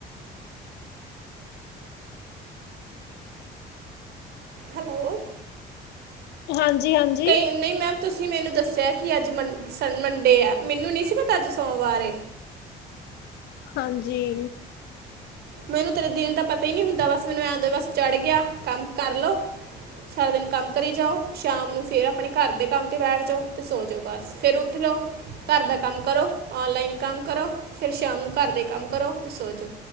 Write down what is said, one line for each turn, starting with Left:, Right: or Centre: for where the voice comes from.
Right: ਹੈਲੋ
Left: ਹਾਂਜੀ। ਹਾਂਜੀ
Right: ਕਈ ਨਹੀਂ ਮੈਂ ਤੁਸੀਂ ਮੈਨੂੰ ਦੱਸਿਆ ਕਿ ਅੱਜ ਮੰ ਮੰਡੇ ਹੈ ਮੈਨੂੰ ਨੀ ਸੀ ਪਤਾ ਅੱਜ ਸੋਮਵਾਰ
Left: ਹਾਂਜੀ।
Right: ਮੈਨੂੰ ਤੇਰੇ ਦਿਨ ਦਾ ਪਤਾ ਹੀ ਨਹੀਂ ਹੁੰਦਾ ਬਸ ਮੈਨੂੰ ਐਂ ਬਸ ਚੜ੍ਹ ਗਿਆ ਕੰਮ ਕਰ ਲਓ ਸਾਰਾ ਦਿਨ ਕੰਮ ਕਰੀ ਜਾਓ ਸ਼ਾਮ ਨੂੰ ਫਿਰ ਆਪਣੇ ਘਰ ਦੇ ਕੰਮ ਤੇ ਬੈਠ ਜਾਓ ਤੇ ਸੋ ਜਾਓ ਬਸ ਫਿਰ ਉੱਠ ਲਓ ਘਰ ਦਾ ਕੰਮ ਕਰੋ ਨਲਾਈਨ ਕੰਮ ਕਰੋ ਫਿਰ ਸ਼ਾਮ ਨੂੰ ਘਰ ਦੇ ਕੰਮ ਕਰੋ ਤੇ ਸੋ ਜਾਓ।